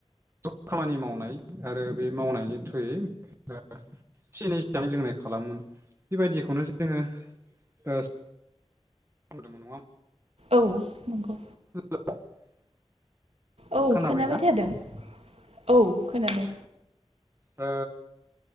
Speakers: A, on the right; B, on the right.
A: ज' खामानि मावो। नाय आरो बे मावनायनि थ्रुयै एसे एनै जानाय लोंनाय खालामोन बेबायदिखौनो जों जोंङो ओ <unintelligible>
B: औ नंगौ।
A: <unintelligible>
B: औ
A: खोनाबायना
B: खोनाबाय थादों औ खोनादों।
A: ओ